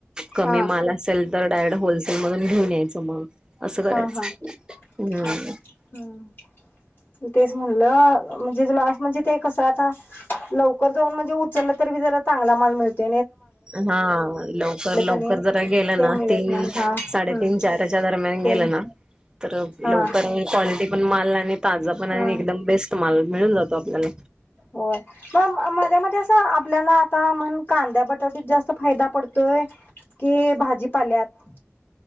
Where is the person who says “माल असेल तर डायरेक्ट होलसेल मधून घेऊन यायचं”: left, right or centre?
Right